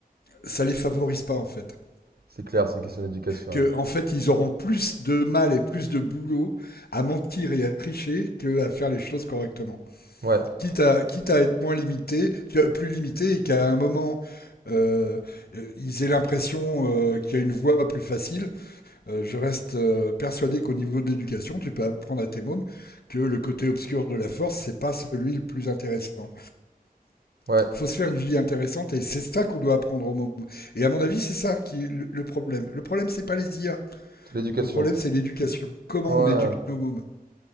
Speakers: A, on the left; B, on the right.
A: ça les favorise pas, en fait.
B: C'est clair, c'est une question d'éducation.
A: que
B: Ouais,
A: en fait ils auront plus de mal et plus de boulot à mentir et à tricher qu'à faire les choses correctement.
B: ouais,
A: Quitte à quitte à être moins limité, plus limité et qu'à un moment euh, ils aient l'impression euh, qu'il y a une voie plus facile. Euh, je reste euh, persuadé qu'au niveau de l'éducation, tu peux apprendre à tes mômes que le côté obscur de la force, c'est pas celui le plus intéressant.
B: ouais,
A: Il faut se faire une vie intéressante et c'est ça qu'on doit apprendre aux mômes. Et à mon avis, c'est ça qui est le problème. Le problème, c'est pas les IA.
B: c'est l'éducation.
A: Le problème, c'est l'éducation. Comment
B: Ouais.
A: on
B: ouais,
A: éduque
B: ouais.
A: nos mômes